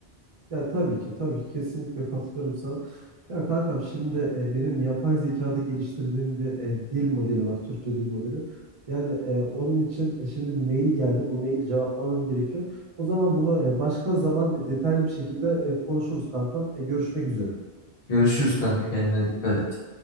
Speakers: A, on the right (about 40°); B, on the left (about 60°).
A: Ya tabii ki tabii ki kesinlikle katılıyorum sana. Ya kankam şimdi e, benim yapay zekada geliştirdiğim bir e, dil modeli var. Türkçe dil modeli. Yani e, onun için e, şimdi mail geldi. Bu maili cevaplamam gerekiyor. O zaman bunu e, başka zaman detaylı bir şekilde e, konuşuruz kankam. E, görüşmek üzere.
B: Görüşürüz kanka kendine dikkat et.